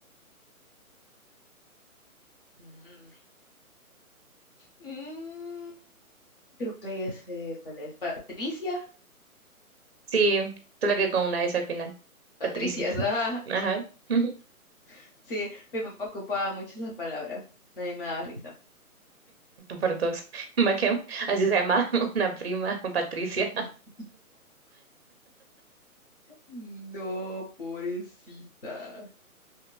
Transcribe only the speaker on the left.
Mm, Mm, creo que ya sé cuál es. Patricia.
Patricias.
Ah,
<laughs> sí, mi papá ocupaba mucho esa palabra. Nadie me daba risa.
<laughs> No, pobrecita.